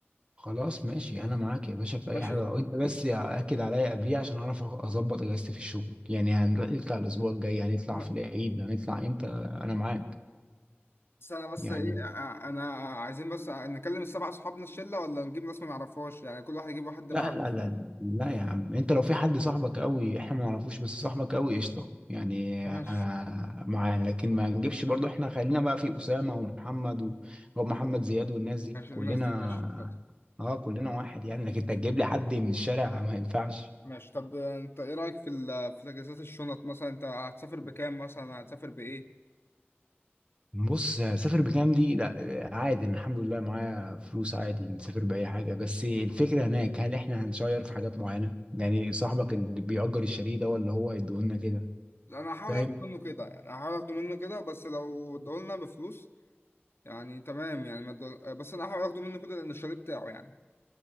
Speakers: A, on the right (about 25°); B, on the left (about 65°).
A: خلاص ماشي انا معاك يا باشا في اي
B: ماشي
A: حاجه وانت بس يا- اكد عليا قبليها عشان اعرف أخ- اظبط اجازتي في الشغل يعني هنروح نطلع الاسبوع الجاي هنطلع
B: انا
A: في العيد هنطلع امتى انا معاك
B: بس انا بس
A: يعني
B: ايه ع- انا عايزين بس نكلم السبع اصحابنا الشله ولا نجيب ناس ما نعرفهاش يعني كل واحد يجيب واحد مع
A: لا لا لا لا يا عم انت لو في حد صاحبك قوي احنا ما نعرفوش بس صاحبك قوي قشطه يعني
B: ماشي
A: آه، معانا لكن ما نجيبش برضو احنا خلينا بقى في اسامه ومحمد و- ومحمد زياد والناس دي
B: ماشي
A: كلنا
B: الناس دي ماشي حاضر
A: اه كلنا واحد يعني لكن انت تجيب لي حد من الشارع ما ينفعش
B: ماشي طب انت ايه رايك في ال... في تجهيزات الشنط مثلا انت هتسافر بكام مثلا هتسافر بايه
A: بص سافر بكام دي لا عادي أنا الحمد لله معايا فلوس عادي نسافر بأي حاجة بس الفكرة هناك هل احنا هنشير في حاجات معينة يعني صاحبك اللي بيأجر الشاليه ده ولا هو هيديهولنا كده
B: انا هحاول
A: فاهم
B: اخد منه كده يعني هحاول اخده منه كده بس لو ادولنا بفلوس يعني تمام يعني ما ادول- بس انا هحاول اخده منه كده لان الشاليه بتاعه يعني